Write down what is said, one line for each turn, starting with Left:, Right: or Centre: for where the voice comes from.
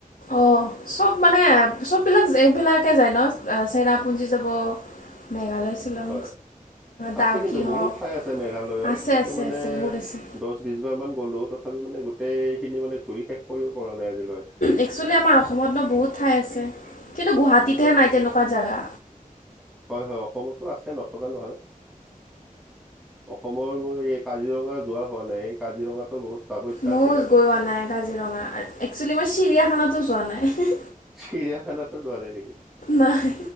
Left: অ চব মানে চববিলাক এইবিলাকে যায় ন চেৰাপুঞ্জি যাব মেঘালয় শ্বিলং
Centre: হয়
Left: ডাউকি
Centre: আছে কিন্তু
Left: হওক
Centre: বহুত ঠাই আছে মেঘালয়ত
Left: আছে
Centre: কিন্তু
Left: আছে
Centre: মানে
Left: আছে বহুত আছে
Centre: দ বিশবাৰ মান গ'লো তথাপি মানে গোটেই খিনি মানে ঘূৰি শেষ কৰিব পৰা নাই আজি
Left: একচুৱেলি আমাৰ অসমত ন বহুত ঠাই আছে কিন্তু গুৱাহাটীতহে
Centre: হয়
Left: নাই তেনেকুৱা জেগা
Centre: হয় হয় অসমতটো আছে নথকা নহয় অসমৰ মোৰ এই ক কাজিৰঙা যোৱা হোৱা নাই এই কাজিৰঙাটো বহুত যাব ইচ্ছা
Left: ময়ো
Centre: আছিলে
Left: গোৱা নাই কাজিৰঙা একচুৱেলি মই চিৰিয়াখানাতো যোৱা নাই
Centre: চিৰিয়াখানাতো যোৱা নাই নেকি
Left: নাই